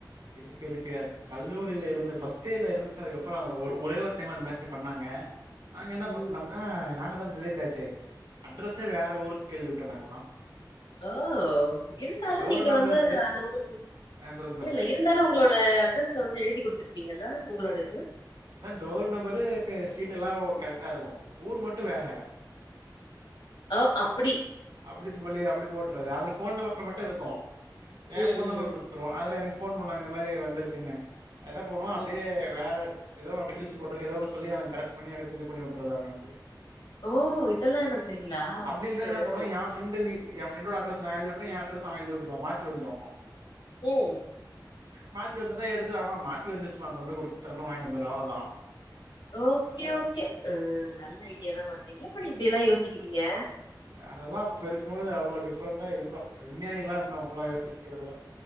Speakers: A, on the right (about 75°); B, on the left (about 75°).
A: இருக் இருக்கு கல்லூரில இருந்த பஸ் ஸ்டே இருந்ச்சு அதுக்கப்றோ அத ஒர் ஒரே ஒரு டைம் அது மாரி பண்ணாங்க நாங்க என்ன
B: ம்.
A: பண்ணம்னா நாங்கதா தேர்டு ஆச்சே அட்ரஸே வேற ஊருக் எழ்திவுட்டோனாங்குளா
B: ஆஹ் ஒ இருந்தாலு
A: டோர்
B: நீங்க
A: நம்பர்
B: வந்து அந்த உங்கள்க்கு
A: ஆ சொல்லுங்க, சொல்லுங்க.
B: இல்லில்ல இருந்தாலு உங்குளோட இப்ப அட்ரஸ்ல வந்து எழுதி குடுத்துருப்பீங்கல உங்குளோட இது
A: அதான் டோர் நம்பரு ஸ்ரீட்டில்லா ஓ கரெக்ட்டா இருக்கு ஊர் மட்டு வேற
B: ஓ! அப்படி.
A: அப்டி சொல்லி அப்புடி போட்டுறது அதுலிஃப் ஃபோன் நம்பர் மட்டு இருக்கு ஏன்
B: ம்,
A: ஃபோன் நம்பர்
B: ம்.
A: குடுத்துருவோ அதுல எனகு ஃபோன் பண்ணாங் இந்த மாரி வந்திருக்குன்னு என்ன பண்ணுவோ அப்டியே
B: ம்
A: வேற எதோ அப்டி கிழிச்சுபோட்ருங்க எதோ ஒன்னு சொல்லி அவன் கரெக்ட் பண்ணி அடுத் இது பண்ணி உட்ருதுதாங்குனா அப்டியே
B: ஓ இதெல்லா பண்றீங்ளா
A: அப்படி
B: சூப்பரு
A: இல்லைன்னா என்ன பண்ணுவோம் என் ஃப்ரெண்டு என் ஃபிரண்டோட அட்ரஸு எழுதி விடுவே என் அட்டுரஸ்ஸு அவன எழுதி உட்டுருவா மாத்தி வந்துரு
B: உம்
A: மாத்தி வந்துர்ந்தா எடுத்து அவ மாத்தி வந்துர் ச்சு நா கொண்டு குடுத்துறனு வாய்ன்ட்டு வந்துர்வா அவ்ளதா
B: ஓகே ஓகே ஆஹ் நல்ல ஐடியா தா பண்றீங் எப்படி இப்டியெல்லா யோசிக்கி நீங்க
A: அதெல்லா அப்ப இருக்குபோது அவுளோ டிஃப்ரண்டா இருந்தோ விஞ்ஞானிகளா இருந்தோ இப்புலா யோசிக்கறதுல்ல